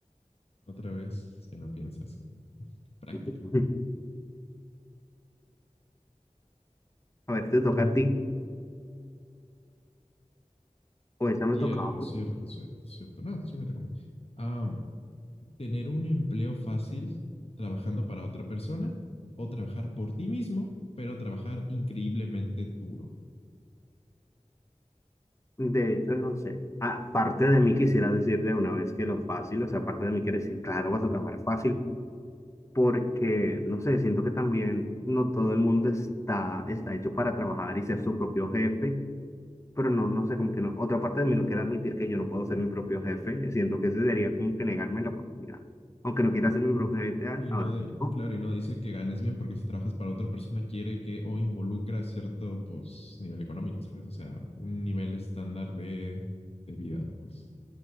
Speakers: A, on the left; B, on the left.
A: otra vez, ya no piensas en práctica.
B: <laughs> A ver, ¿te toca a ti? O esa me
A: Cierto,
B: tocaba.
A: cierto, cierto, cierto. No, sí me toca a mí. tener un empleo fácil trabajando para otra persona o trabajar por ti mismo, pero trabajar increíblemente duro.
B: De hecho, no sé. Aparte de mí, quisiera decir de una vez que lo fácil, o sea, aparte de mí, quiere decir, claro, vas a trabajar fácil, porque, no sé, siento que también no todo el mundo está, está hecho para trabajar y ser su propio jefe. pero no, no sé, como que no. Otra parte de mí no quiere admitir que yo no puedo ser mi propio jefe. Siento que eso sería como que negarme la oportunidad. Aunque no quiera ser mi propio jefe, a-
A: Y
B: ahora
A: no, y
B: mismo,
A: claro, y no dice que ganes bien porque si trabajas para otra persona quiere que o involucra cierto pues nivel económico, ¿sabes? O sea, un nivel estándar de, de vida, pues,